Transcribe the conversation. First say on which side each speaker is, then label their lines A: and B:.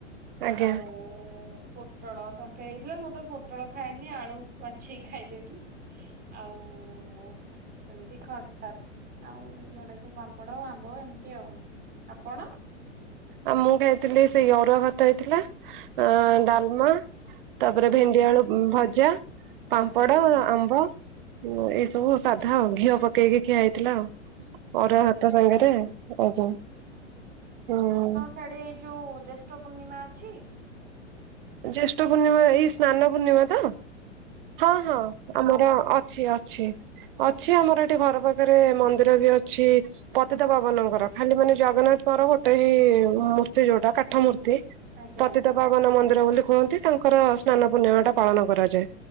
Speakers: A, on the right; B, on the right.
A: ଆଜ୍ଞା
B: ଆଉ ଓ ପୋଟଳ ତରକାରୀ ହେଇଥିଲା ମୁଁ ତ ପୋଟଳ ଖାଇଏନି ଆଳୁ ବାଛେଇକି ଖାଇଦେଲି।
A: <inaudible>
B: ଆଉ ସେମିତି ଖଟାତ୍ ଆଉ ଏ ଯଉୁଡା ସବୁ ପାମ୍ପଡ ଆମ୍ବ ଏମିତି ଆଉ। ଆପଣ
A: ଆଉ ମୁଁ ଖାଇଥିଲି ସେଇ ଅରୁଆ ଭାତ ହେଇଥିଲା ଅ
B: ଆଜ୍ଞା
A: ଡାଲମା। ତାପରେ
B: ହୁଁ
A: ଭେଣ୍ଡି
B: ହୁଁ
A: ଆଳୁ
B: ହୁଁ
A: ଭଜା, ପାମ୍ପଡ,
B: ହୁଁ ହୁଁ ହୁଁ
A: ଆମ୍ବ। ହ ଏଇସବୁ ସାଧା ଆଉ ଘିଅ ପକେଇକି ଖିଆ ହେଇଥିଲା ଆଉ।
B: ଓହୋ
A: ଅରୁଆ ଭାତ ସାଙ୍ଗରେ ଆଜ୍ଞା ହୁଁ।
B: ସେଡେ ଏଇ ଯୋଉ ଜ୍ୟେଷ୍ଠ ପୂର୍ଣ୍ଣିମା ଅଛି?
A: ଜ୍ୟେଷ୍ଠ ପୂର୍ଣ୍ଣିମା ଏଇ ସ୍ନାନ ପୂର୍ଣ୍ଣିମା ତ ହଁ ହଁ ଆମର ଅଛି। ଅଛି ଅଛି ଆମର ଏଠି ଘର ପାଖରେ ମନ୍ଦିର ବି ଅଛି। ପତିତା ପାବନଙ୍କର ଖାଲି ମାନେ ଜଗନ୍ନାଥଙ୍କର ଗୋଟେ ହ ମୂର୍ତ୍ତି ଯୋଉଟା କାଠ ମୂର୍ତ୍ତି।
B: ଆଜ୍ଞା
A: ପତିତା
B: ଆଜ୍ଞା।
A: ପବାନ ମନ୍ଦିର ବୋଲି କୁହନ୍ତି ତାଙ୍କର ସ୍ନାନ ପୂର୍ଣ୍ଣିମାଟା ପାଳନ କରାଯାଏ।